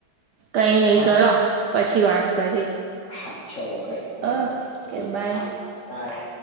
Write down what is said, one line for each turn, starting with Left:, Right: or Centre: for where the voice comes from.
Right: કઈ નઈ
Left: હા
Right: છોડો પછી વાત કરીએ.
Left: હા ચલો કઈ નય મળીએ
Right: ઓકે બાય
Left: હા બાય.